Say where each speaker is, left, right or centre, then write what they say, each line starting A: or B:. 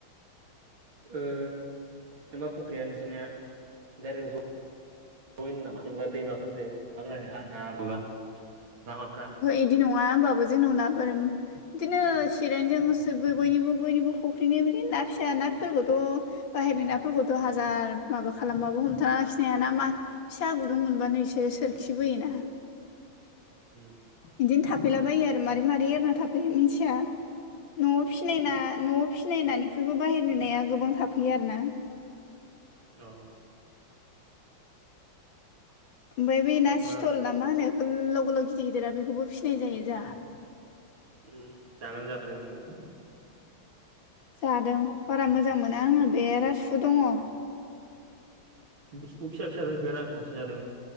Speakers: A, on the right; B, on the left.
A: एबा फख्रिया नोंसोरनि दाइरेक ज यैनो नामा जेनेबा दैमाफोरजों हाबाय हा ना बा लामाफोर
B: इदि नङा होमबाबो जोंनाव नाफोर बिदिनो सिरेनजोंनो बयनिबो बयनिबो फख्रिनि बिदिनो ना फिसा नाफोरखौथ' बाहेरनि नाफोरखौथ' हाजार माबा खालामबाबो हमथाना लाखिनो हायाना मा फिसा गुदुं मोनबानो बिसोरो सोरखिबोयोना।
A: उम।
B: बिदिनो थाफैलाबायो आरो मारै मारै एरना थाफै मिथिया। न'आव फना न'आव फिनायनायनिख्रुइबो बाहेरनाया गोबां थाफैयो आरो ना।
A: औ।
B: ओमफ्राय बे
A: होमबा
B: ना सि्थल ना मा होनो गोलाव गोलाव गिदिर गिदिरा बेखौबो फिसिनाय जायो जाहा।
A: उम जागोन जाफेराखै नोंलाय?
B: जादों बारा मोजां मोना आङो बेराथ सु दङ।
A: बिसनि फिसा फिसा जायो आं खनसे जादोंमोन।